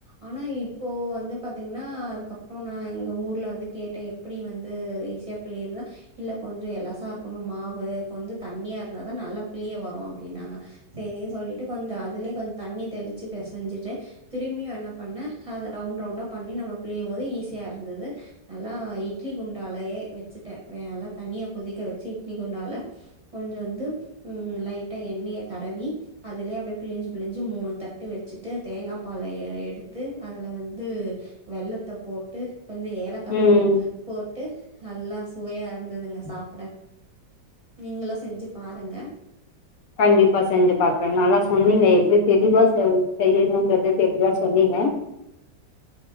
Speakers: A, on the right; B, on the left.
A: ஆனா இப்போ வந்து பாத்தீங்ன்னா அதுக்கப்புறோ நா எங்க ஊர் குள வந்து கேட்டே எப்டி வந்து ஈஸியா பிளிருது இல்ல கொஞ்சோ எலசா இருக்கணு மாவுகொஞ்சோ தண்ணியா இருந்தாதா நல்லா பிளிய வரு அப்டின்னாங்க செரின்னு சொல்லிட்டு கொஞ்சோ அதுலே கொஞ்சோ தண்ணிய தெளிச்சி பெசஞ்சிட்டு திரும்பியு என்ன பண்ண அத ரவுண்ட் ரவுண்டா பண்ணி நம்ம பிளியும் போது ஈஸியா இருந்தது நல்லா இட்லி குண்டாலயே வச்சுட்டே நல்லா தண்ணிய கொதிக்க வச்சு இட்லி குண்டால கொஞ்சோ ந்து ம் லைட்டா எண்ணிய தடவி அதுலே அப்டியே பிழிஞ்சு பிழிஞ்சு மூணு தட்டு வச்சுட்டு தேங்கா பால எடுத்து அதுல வந்து வெள்ளத்த போட்டு கொஞ்சோ ஏலக்கா
B: ம்
A: தூள் போட்டு நல்லா சுவையா இருந்ததுங்க சாப்ட நீங்களு செஞ்சு பாருங்க
B: கண்டிப்பா செஞ்சு பாக்குறே நல்லா சொன்னீங்க எப்டி தெளிவா சோ செய்யணுன்றத தெளிவா சொன்னீங்க